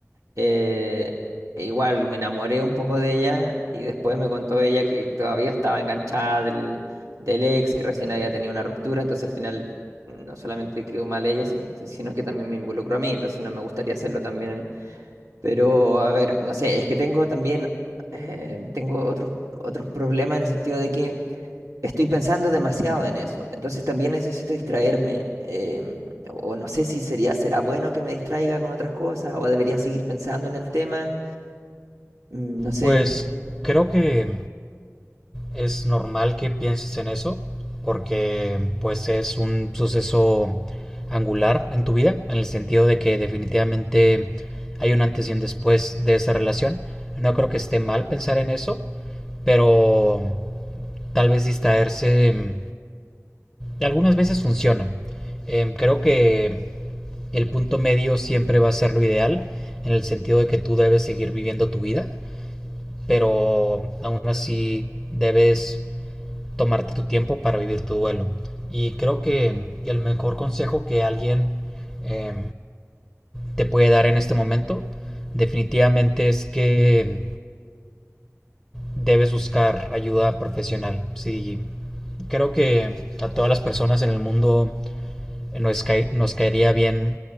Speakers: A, on the right; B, in the centre.
A: eh, e igual me enamoré un poco de ella y después me contó ella que todavía estaba enganchada del, del ex, que recién había tenido una ruptura, entonces al final mm, no solamente quedó mal ella, si- sino que también me involucró a mí, entonces no me gustaría hacerlo también a mí. Pero, a ver, no sé, es que tengo también, eh, tengo otros, otros problemas en el sentido de que estoy pensando demasiado en eso. Entonces también necesito distraerme. em, o o no sé si sería, será bueno que me distraiga con otras cosas o debería seguir pensando en el tema. Mm, No sé,
B: Pues creo que Es normal que pienses en eso, porque pues es un suceso angular en tu vida, en el sentido de que definitivamente hay un antes y un después de esa relación. No creo que esté mal pensar en eso, pero tal vez distraerse mm, algunas veces funciona. Em, creo que el punto medio siempre va a ser lo ideal, en el sentido de que tú debes seguir viviendo tu vida, pero aún así debes tomarte tu tiempo para vivir tu duelo. Y creo que el mejor consejo que alguien eh, te puede dar en este momento definitivamente es que debes buscar ayuda profesional. Sí, creo que a todas las personas en el mundo nos, cae, nos caería bien